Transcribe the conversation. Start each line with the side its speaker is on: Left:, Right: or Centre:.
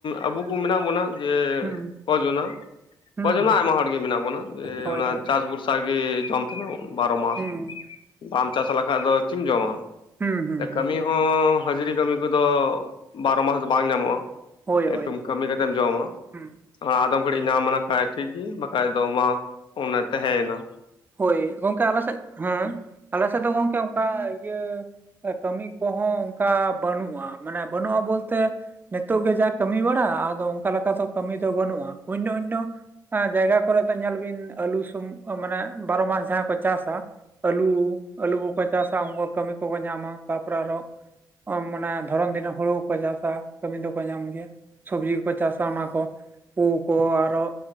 Left: ᱟᱵᱩ ᱠᱚ ᱢᱮᱱᱟᱜ ᱵᱚᱱᱟ ᱡᱮ
Right: ᱦᱩᱸ
Left: ᱚᱡᱚᱱᱟ,
Right: ᱦᱩᱸ
Left: ᱚᱡᱚᱱᱟ ᱟᱭᱢᱟ ᱦᱚᱲ ᱜᱮ ᱢᱮᱱᱟᱜ ᱵᱚᱱᱟ᱾ ᱡᱮ
Right: ᱦᱳᱭ
Left: ᱚᱱᱟ
Right: ᱦᱳᱭ
Left: ᱪᱟᱥ ᱵᱷᱚᱨᱥᱟ ᱜᱮ ᱡᱚᱢ ᱛᱟᱦᱱᱟ ᱵᱟᱨᱚ ᱢᱟᱥ᱾
Right: ᱦᱩᱸ
Left: ᱵᱟᱢ ᱪᱟᱥ ᱞᱮᱠᱷᱟᱡ ᱫᱚ ᱪᱮᱢ ᱡᱚᱢᱟ
Right: ᱦᱩᱸ ᱦᱩᱸ ᱦᱩᱸ
Left: ᱠᱟᱹᱢᱤ ᱦᱚᱸ ᱦᱟᱹᱡᱨᱤ ᱠᱟᱹᱢᱤ ᱠᱚᱫᱚ ᱵᱟᱨᱚ ᱢᱟᱥ ᱫᱚ ᱵᱟᱝ ᱧᱟᱢᱚᱜᱼᱟ᱾
Right: ᱦᱳᱭ ᱦᱳᱭ
Left: ᱠᱟᱹᱢᱤ ᱠᱟᱛᱮᱢ ᱡᱚᱢᱟ
Right: ᱦᱩᱸ
Left: ᱟᱫᱚᱢ ᱜᱷᱟᱹᱲᱤᱡ ᱧᱟᱢ ᱞᱮᱠᱷᱟᱡ ᱴᱷᱤᱠ ᱜᱮ ᱵᱟᱠᱷᱟᱡ ᱫᱚ ᱢᱟ ᱚᱱᱟ ᱛᱟᱦᱮᱸᱭᱱᱟ᱾
Right: ᱦᱳᱭ ᱜᱚᱝᱠᱮ ᱟᱞᱮᱥᱮᱜ ᱦᱮᱸ ᱟᱞᱮᱥᱮᱜ ᱫᱚ ᱜᱚᱝᱠᱮ ᱚᱝᱠᱟ ᱤᱭᱟᱹ ᱮ ᱠᱟᱹᱢᱤ ᱠᱚᱦᱚᱸ ᱚᱝᱠᱟ ᱵᱟᱹᱱᱩᱜᱼᱟ, ᱢᱟᱱᱮ ᱵᱟᱹᱱᱩᱜᱼᱟ ᱵᱚᱞᱛᱮ ᱱᱤᱛᱚᱜ ᱜᱮ ᱡᱟ ᱠᱟᱹᱢᱤ ᱵᱟᱲᱟ ᱟᱫᱚ ᱚᱝᱠᱟ ᱞᱮᱠᱟ ᱫᱚ ᱠᱟᱹᱢᱤ ᱫᱚ ᱵᱟᱹᱱᱩᱜᱼᱟ ᱚᱱᱱᱚ ᱚᱱᱱᱚ ᱟᱸ ᱡᱟᱭᱜᱟ ᱠᱚᱨᱮᱡ ᱫᱚ ᱧᱮᱞ ᱵᱤᱱ ᱟᱹᱞᱩ ᱥᱩᱢ ᱢᱟᱱᱮ ᱵᱟᱨᱚ ᱢᱟᱥ ᱡᱟᱦᱟᱸ ᱠᱚ ᱪᱟᱥᱟ ᱟᱹᱞᱩ ᱟᱹᱞᱩ ᱠᱚᱠᱚ ᱪᱟᱥᱟ ᱩᱝᱠᱩ ᱠᱟᱹᱢᱤ ᱠᱚᱠᱚ ᱧᱟᱢᱟ ᱛᱟᱯᱚᱨᱮ ᱟᱨᱚ ᱚ ᱢᱟᱱᱮ ᱫᱷᱚᱨᱚᱱ ᱫᱤᱱ ᱦᱚᱸ ᱦᱩᱲᱩ ᱠᱚ ᱪᱟᱥᱟ ᱠᱟᱹᱢᱤ ᱫᱚᱠᱚ ᱧᱟᱢ ᱜᱮᱭᱟ᱾ ᱥᱚᱵᱽᱡᱤ ᱠᱚᱠᱚ ᱪᱟᱥᱟ ᱚᱱᱟ ᱠᱚ᱾ ᱯᱩ ᱠᱚ ᱟᱨᱚ